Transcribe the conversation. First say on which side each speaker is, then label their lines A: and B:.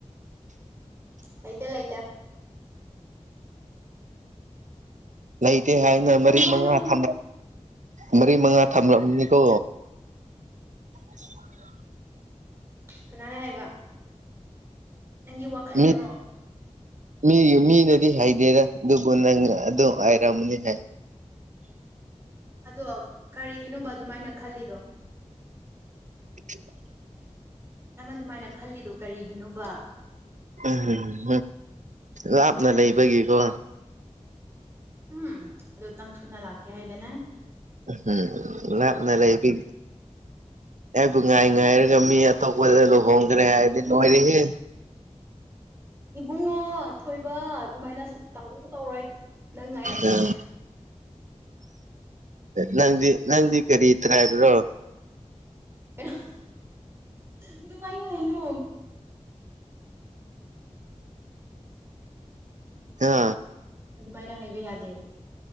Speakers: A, on the right; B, on the right.
A: ꯂꯩꯇꯦ ꯂꯩꯇꯦ
B: ꯂꯩꯇꯦ ꯍꯥꯏꯅ
A: ꯊꯣꯏꯕ
B: ꯃꯔꯤ ꯃꯉꯥ
A: ꯅꯪ
B: ꯊꯝ ꯃꯔꯤ ꯃꯉꯥ ꯊꯝꯂꯛꯑꯅꯤꯀꯣ ꯑꯁ <unintelligible>
A: ꯀꯅꯥꯔ ꯍꯥꯏꯕ ꯅꯪꯒꯤ ꯋꯥꯈꯟꯅꯔꯣ
B: ꯃꯤ ꯃꯤꯒꯤ ꯃꯤꯅꯗꯤ ꯍꯩꯗꯦꯗ ꯑꯗꯨꯕꯨ ꯅꯪ ꯑꯗꯨꯝ ꯍꯥꯏꯔꯝꯅꯤ ꯍꯥꯏ
A: ꯑꯗꯣ ꯀꯔꯤꯒꯤꯅꯣꯕ ꯑꯗꯨꯃꯥꯏꯅ ꯈꯜꯂꯤꯗꯣ
B: ꯁꯤꯠ <unintelligible>
A: ꯅꯪꯅ ꯑꯗꯨꯃꯥꯏꯅ ꯈꯜꯂꯤꯗꯣ ꯀꯔꯤꯒꯤꯅꯣꯕ
B: ꯎꯝ ꯂꯥꯞꯅ ꯂꯩꯕꯒꯤ ꯀꯣ
A: ꯎꯝ ꯑꯗꯨ ꯅꯪ ꯊꯨꯅ ꯂꯥꯛꯀꯦ ꯍꯥꯏꯗꯅꯦ
B: ꯎꯝ ꯂꯥꯞꯅ ꯂꯩꯕꯤ ꯑꯩꯕꯨ ꯉꯥꯏ ꯉꯥꯏꯔꯒ ꯃꯤ ꯑꯇꯣꯞꯄꯗ ꯂꯨꯍꯣꯡꯈ꯭ꯔꯦ ꯍꯥꯏꯔꯗꯤ ꯂꯣꯏꯔꯦꯍꯦ
A: ꯏꯕꯨꯡꯉꯣ ꯊꯣꯏꯕ ꯑꯗꯨꯃꯥꯏꯅ ꯁꯨꯝ ꯇꯧ ꯇꯧꯔꯣꯏ ꯅꯪ ꯉꯥꯏꯔꯗꯣꯏꯅꯦ
B: ꯎꯝ ꯅꯪꯗꯤ ꯅꯪꯗꯤ ꯀꯔꯤ ꯇ꯭ꯔꯥꯏꯞꯔꯣ
A: ꯀꯩꯅꯣ ꯑꯗꯨꯃꯥꯏꯅ ꯍꯥꯏꯅꯣ
B: ꯍꯥ
A: ꯑꯗꯨꯃꯥꯏꯅ ꯍꯥꯏꯕ ꯌꯥꯗꯦ